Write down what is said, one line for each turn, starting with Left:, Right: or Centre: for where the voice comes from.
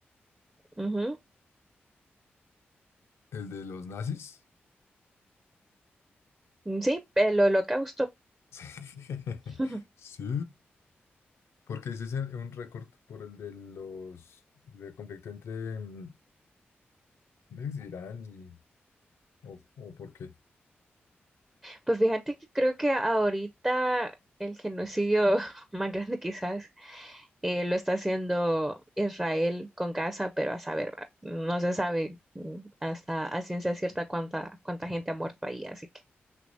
Right: Ujú.
Left: el de los nazis.
Right: Mm, Sí, el holocausto.
Left: <laughs>
Right: <laughs>
Left: Sí, Sí. porque ese es el- un récord por el de los del conflicto entre mm, ¿cómo es? Irán y o, o por qué.
Right: Pues fíjate que creo que ahorita el genocidio <laughs> más grande quizás eh, lo está haciendo Israel con Gaza, pero a saber, va, no se sabe mm, hasta a ciencia cierta cuánta, cuánta gente ha muerto ahí, así que